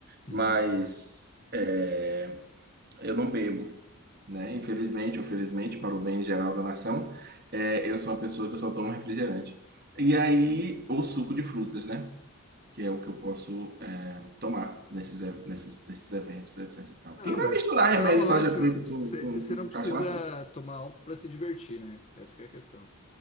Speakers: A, on the left; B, on the right.
A: É,
B: Mas
A: entendi.
B: é, eu não bebo, né? Infelizmente, ou felizmente, para o bem geral da nação, é, eu sou uma pessoa que eu só tomo refrigerante. E aí, ou suco de frutas, né? Que é o que eu posso é, tomar nesses, e- nesses, nesses eventos, etc. e tal.
A: Não,
B: Quem vai
A: mas
B: misturar remédio
A: tá ótimo.
B: tarja preta com,
A: Você
B: com, com
A: não precisa
B: cachaça?
A: tomar álcool pra se divertir, né? Essa que é a questão.